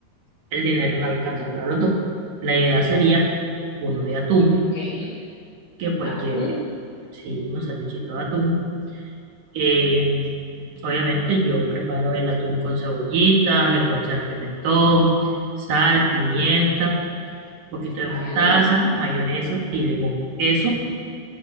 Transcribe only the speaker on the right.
el dinero no alcanza para los dos. La idea sería uno de atún,
que pues
lleve, sí, un sandwichito de atún. Eh, obviamente yo preparo el atún con cebollita, le voy a echar pimentón, sal, pimienta, un poquito de
mostaza, mayonesa y limón. Eso,